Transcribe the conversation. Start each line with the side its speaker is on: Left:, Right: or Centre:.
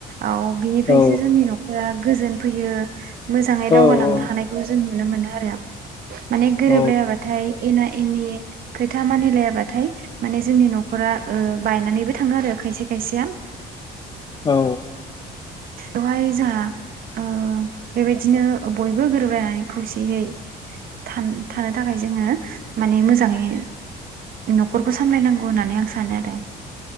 Right: औ बिनिफ्रायसो
Left: औ
Right: जोंनि न'खरा गोजोन फैयो। मोजाङै
Left: औ
Right: दावगालांनो
Left: औ
Right: हानायखौ जों नु नुनो मोनो। आरो। माने गोरोबलायाबाथाय
Left: औ
Right: एना एनि खोथा मानिलायाबाथाय माने जोंनि न'खरा ओ बायनानैबो थाङो आरो खायसे खायसेया।
Left: औ।
Right: एवहाय जाहा ओ बेबायदिनो बयबो गोरोबलायनानै खौसेयै थान थानो थाखाय जोङो माने मोजाङै न'खरखौ सामलायनांगौ होननानै आं सा सानो आरो।